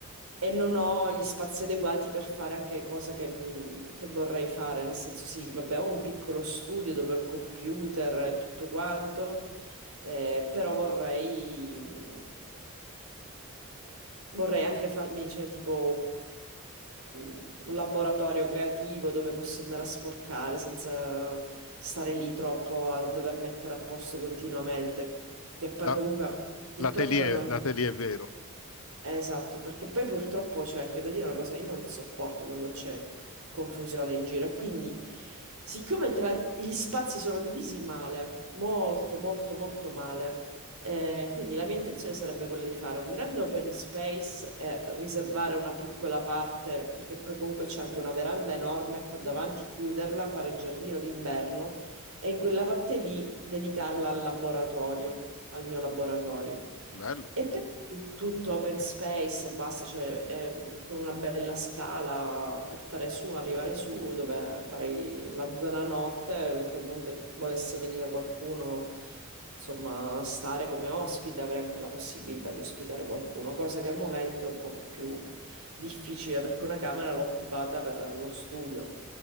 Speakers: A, on the right; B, on the left.
A: e non ho gli spazi adeguati per fare anche cose che, mm, che vorrei fare, nel senso sì, vabbè, ho un piccolo studio dove ho il computer e tutto quanto, eh, però vorrei... mm, Vorrei anche farmi, cioè, tipo un, un laboratorio creativo dove posso andare a sporcare senza stare lì troppo a dover mettere a posto continuamente,
B: eh, no.
A: che poi
B: la-
A: comunque purtroppo
B: l'atelier,
A: non
B: l'atelier è vero.
A: eh, Esatto, perché poi purtroppo c'è anche da dire una cosa, io non sopporto quando c'è confusione in giro e quindi siccome tra gli spazi sono divisi male, molto molto molto male, eh, quindi la mia intenzione sarebbe quella di fare un grande open space e riservare una piccola parte, perché poi comunque c'è anche una veranda enorme qua davanti, chiuderla, fare il giardino d'inverno e in quella parte lì dedicarla al laboratorio, al mio laboratorio.
B: Bello.
A: E per tutto open space e basta, cioè ehm, con una bella scala portare su, arrivare su, dove farei la zona notte, eventualmente volesse venire qualcuno, insomma, a stare come ospite, avrei anche la possibilità di ospitare qualcuno, cosa che al momento è un poco più difficile perché una camera l'ho occupata per lo studio.